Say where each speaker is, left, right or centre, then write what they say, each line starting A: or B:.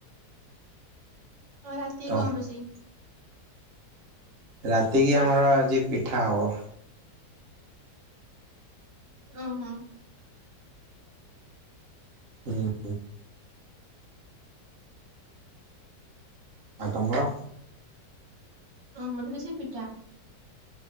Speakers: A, on the right; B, on the right.
A: ଆଉ ରାତି କି
B: ତ
A: କଣ ରୋସେଇ।
B: ରାତିକି ଆମର ଆଜି ପିଠା ହବ।
A: ଉଁ ହୁଁ।
B: ହୁଁ। ଆଉ ତମର।
A: ଆମର ବି ସେଇ ପିଠା।